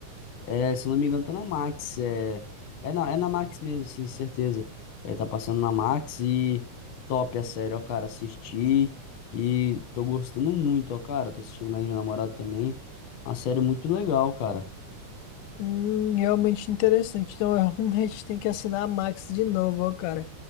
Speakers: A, on the left; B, on the left.
A: É, se eu não me engano, tá na Max. É, é, na, é na Max mesmo, sim, certeza. É, tá passando na Max e top, é sério, ó, cara, assisti e tô gostando muito, ó, cara. Tô assistindo mais minha namorada também. Uma série muito legal, cara.
B: Hum, realmente interessante. Então, <laughs> eu realmente tenho que assinar a Max de novo, ó, cara.